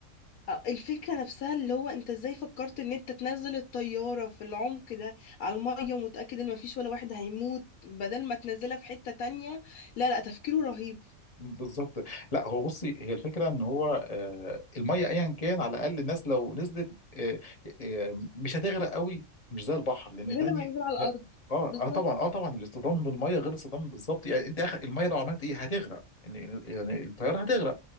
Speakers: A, on the left; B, on the left.
A: آه، الفكرة نفسها اللي هو انت ازاي فكرت ان انت تنزل الطيارة في العمق ده على المية ومتأكد ان مفيش ولا واحد هيموت بدل ما تنزلها في حتة تانية لا لا تفكيره رهيب
B: بالظبط لا هو بصي هي الفكره ان هو آه، الميه ايا كان على الاقل الناس لو نزلت آه، آه، مش هتغرق قوي مش زي البحر لان
A: غير
B: ده ني-
A: لما ينزل على الأرض
B: لا. اه
A: بالظبط
B: اه طبعا اه طبعا الاصطدام بالميه غير الاصطدام بالظبط يعني انت اخر الميه لو عملت ايه هتغرق يعني يعني الطياره هتغرق